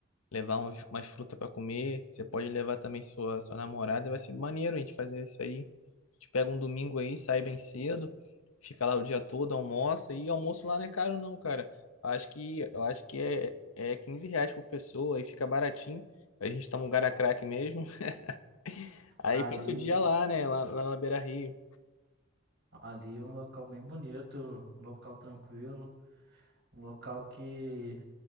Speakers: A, on the left; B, on the right.
A: levar uns, umas frutas para comer. Você pode levar também sua, sua namorada. Vai ser maneiro a gente fazer isso aí. A gente pega um domingo aí, sai bem cedo, fica lá o dia todo, almoça. E almoço lá não é caro, não, cara. Acho que, eu acho que é, é 15 reais por pessoa, aí fica baratinho. A gente toma um gara crack mesmo. <laughs> Aí
B: Ali,
A: passa o dia lá, né? Lá, lá na Beira Rio.
B: ali é um local bem bonito, um local tranquilo, um local que